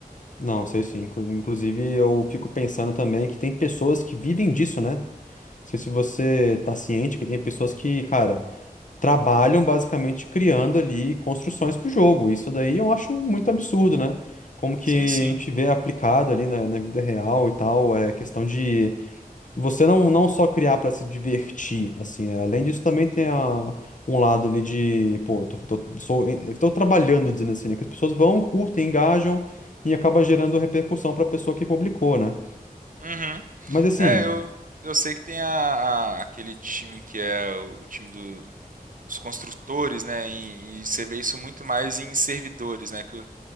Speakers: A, on the left; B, on the right.
A: Não, sei sim. Inclu- Inclusive, eu fico pensando também que tem pessoas que vivem disso, né? Não sei se você tá ciente que tem pessoas que, cara, trabalham basicamente criando ali construções pro jogo. Isso daí eu acho muito absurdo, né? Como que
B: Sim, sim.
A: a gente vê aplicado ali na, na vida real e tal, é questão de você não, não só criar para se divertir, assim, né? Além disso, também tem a, um lado ali de, pô, tô, tô, sou, eu tô trabalhando, dizendo assim, né? Que as pessoas vão, curtem, engajam e acaba gerando repercussão para a pessoa que publicou, né?
B: Uhum.
A: Mas assim.
B: É, eu, eu sei que tem a, a- aquele time que é o time do- dos construtores, né? E, e você vê isso muito mais em servidores, né? Que Os